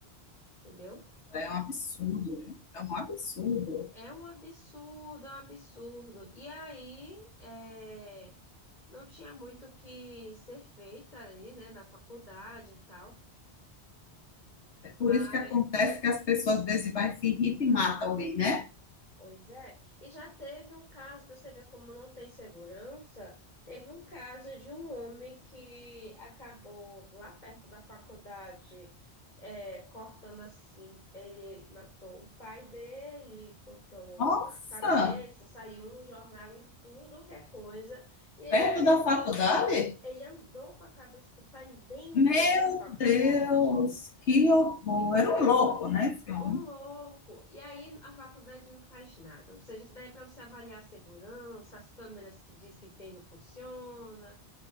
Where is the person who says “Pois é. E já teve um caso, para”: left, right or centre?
Left